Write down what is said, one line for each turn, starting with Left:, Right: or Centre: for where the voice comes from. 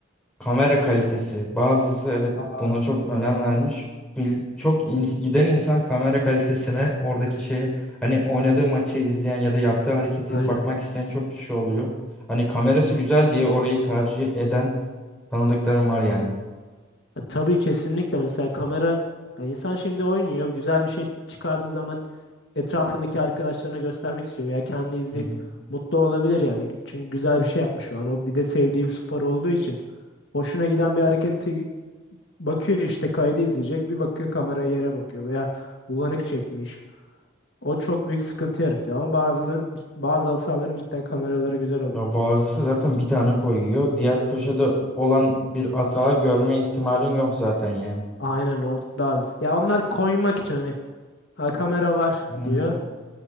Centre: Kamera kalitesi. Bazısı evet
Left: Aa.
Centre: buna çok önem vermiş. Bil- Çok ins- giden insan kamera kalitesine oradaki şeyi hani oynadığı maçı izleyen ya da yaptığı hareketi
Left: Aynen.
Centre: bakmak isteyen çok kişi oluyor. Hani kamerası güzel diye orayı tercih eden tanıdıklarım var yani.
Left: Ya tabii kesinlikle mesela kamera ya insan şimdi oynuyor güzel bir şey çıkardığı zaman etrafındaki arkadaşlarına göstermek istiyor veya kendi izleyip
Centre: Hı hı.
Left: mutlu olabilir yani. Çünkü güzel bir şey yapmış şu an. O bir de sevdiği bir spor olduğu için hoşuna giden bir hareketi bakıyor işte kaydı izleyecek bir bakıyor kameraya yere bakıyor veya bulanık çekmiş. O çok büyük sıkıntı yaratıyor ama bazıların bazı halı sahaların cidden kameraları güzel oluyor.
Centre: Ya bazısı zaten bir tane koyuyor. Diğer köşede olan bir atağı görme ihtimalin yok zaten yani.
Left: Aynen o daha da. Ya onlar koymak için hani ha, kamera var
Centre: Hı
Left: diyor
Centre: hı.